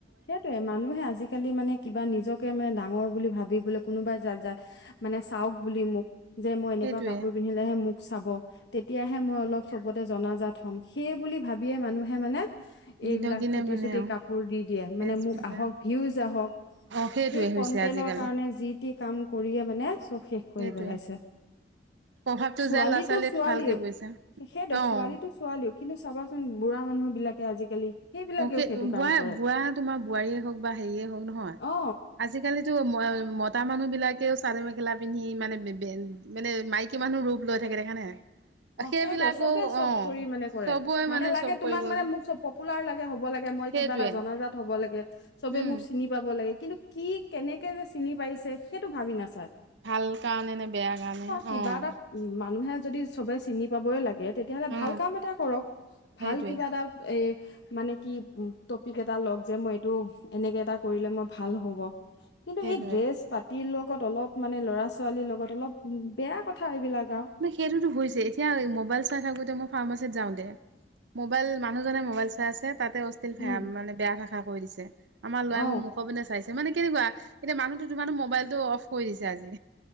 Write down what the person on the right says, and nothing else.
সেইটোৱে
দিনক দিনে
মানে
অ
ড্ৰেছ
পিন্ধা
অ সেইটোৱে
হৈছে আজিকালি
সেইটোৱে
প্ৰভাৱটো
যায় ল'ৰা ছোৱালীক
ভালকে বুইছে
অ
অ সেই
বুৱা
বুৱা তোমাক বোৱাৰীয়ে হওক বা সেইয়ে হক নহয়।
আজি কালি টো <unintelligible> মতা মানুহ বিলকেও চাদৰ মেখেলা পিন্ধি মানে মানে মাইকী মানুহ ৰূপ লৈ থাকে দেখা নে নাই?
সেইবিলাকো
অ
চবৰে
চব
কৰিব
যে
সেইটোৱে
উম
ভাল কাৰণে নে বেয়া কাৰণে,
অঁ।
অ
সেইটোৱে
সেইটোৱে
ম' সেইটোতো হৈছে। তিয়া ম'বাইল চাই থাকোঁতে মই ফাৰ্মাচীত যাওঁতে, ম'বাইল মানুহজনে ম'বাইল চাই আছে, তাত এ, অষ্টিল
ফেয়া মানে বেয়া ভাষা কৈ দিছে যে আমাৰ লোৱাই
মু মুখ পিনে চাইছে মানে কেনেকুৱা, এতিয়া মানুহটো ধুমাধোম মোবাইলতটো অফ কৰি দিছে আজি।